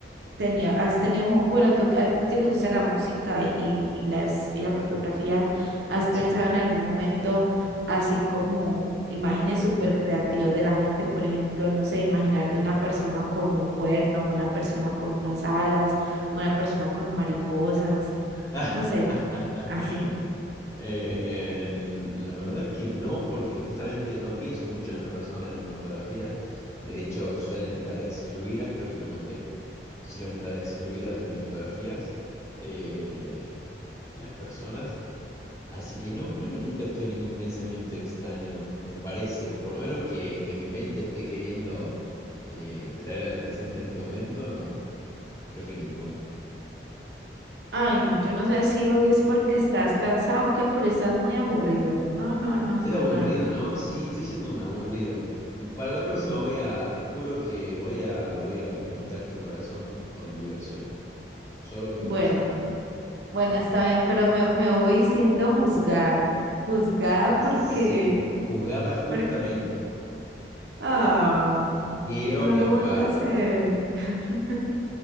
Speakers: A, on the right; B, on the left.
A: tenía, has tenido, mo- bueno, tú, a ti que te gusta la música y, y las, y la fotografía, ¿has pensado
B: Sí.
A: en algún momento así como imágenes súper creativas de la gente? Por ejemplo, no sé, imaginarte una persona con un cuerno, una persona con unas alas, una persona con mariposas,
B: <laughs>
A: no sé, así.
B: Eh, la verdad que no, porque justamente no pienso mucho en las personas en mis fotografías. De hecho, suelen estar excluidas, creo que te lo conté, suelen estar excluidas de mis fotografías eh, las personas. Así que no, creo que nunca tuve ningún pensamiento extraño, me parece, o por lo menos que, que mi mente esté queriendo eh, traer al presente en este momento, no, creo que ninguno.
A: Ay, no, yo no sé si hoy es porque estás cansado o qué, pero estás muy aburrido. No, no, no,
B: Estoy
A: no,
B: aburrido,
A: no.
B: ¿no? Sí, estoy siendo un aburrido. Para la próxima voy a, te juro que voy a, voy a conquistar tu corazón con diversión, solo con
A: Bueno.
B: diversión.
A: Bueno, está bien, pero me, me voy siendo juzgada. Juzgada porque,
B: Es, eh, juzgada justamente.
A: porque, ah,
B: Quiero
A: no
B: a mi
A: lo
B: abogado.
A: vuelvo a hacer. <laughs>